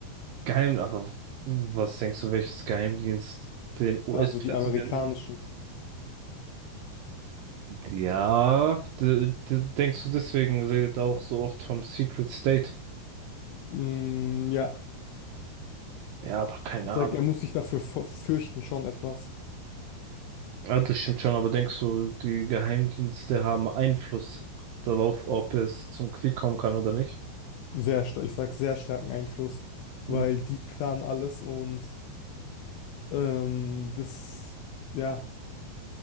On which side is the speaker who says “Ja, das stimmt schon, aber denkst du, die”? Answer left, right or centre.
Right